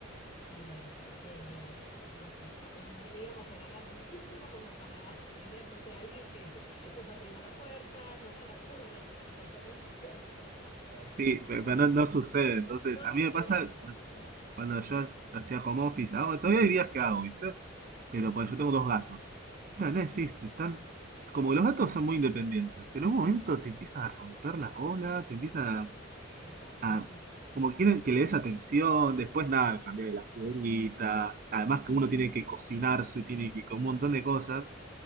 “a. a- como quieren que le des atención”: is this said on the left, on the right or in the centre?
Right